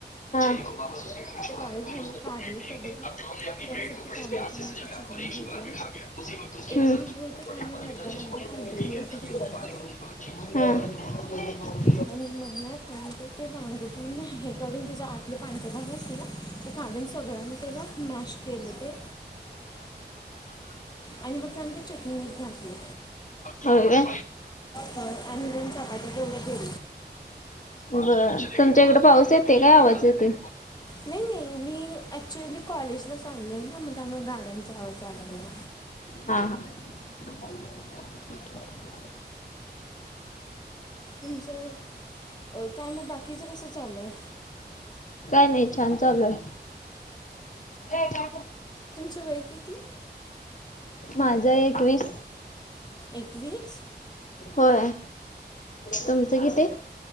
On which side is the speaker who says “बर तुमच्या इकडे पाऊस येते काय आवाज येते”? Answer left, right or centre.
Left